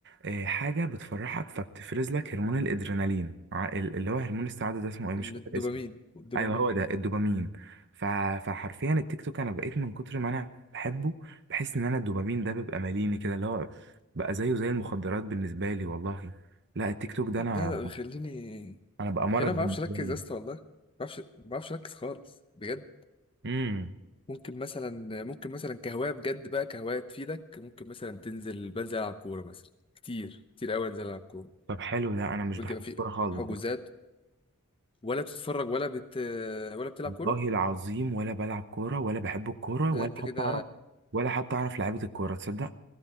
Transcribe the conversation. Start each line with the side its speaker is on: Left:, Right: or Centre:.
Right: إيه، حاجه بتفرحك فبتفرز لك هرمون الادرينالين ع- ال- اللي هو هرمون السعاده ده اسمه ايه مش
Left: الدوبامين
Right: فاكر اسمه
Left: والدوبامين
Right: ايوه هو ده الدوبامين ف... فحرفيا التيك توك انا بقيت من كتر ما انا بحبه بحس ان انا الدوبامين ده بيبقى ماليني كده اللي هو بقى زيه زي المخدرات بالنسبه لي والله لا التيك توك ده
Left: ده
Right: انا
Left: بيخليني
Right: انا بقى مرض
Left: خليني ما
Right: بالنسبه
Left: بعرفش اركز
Right: لي
Left: يا اسطى والله ما بعرفش ما بعرفش اركز خالص بجد
Right: امم
Left: ممكن مثلا ممكن مثلا كهواية بجد بقى كهواية تفيدك ممكن مثلا تنزل بنزل العب كورة مثلا كتير كتير قوي انزل العب كورة
Right: طب حلو ده انا مش
Left: بيبقى
Right: بحب الكوره
Left: في
Right: خالص
Left: حجوزات ولا بتتفرج ولا بت ولا بتلعب كورة
Right: والله العظيم ولا بلعب كورة ولا بحب الكورة
Left: لا
Right: ولا
Left: انت
Right: حتى
Left: كده
Right: أعرف ولا حتى أعرف لعيبة الكورة تصدق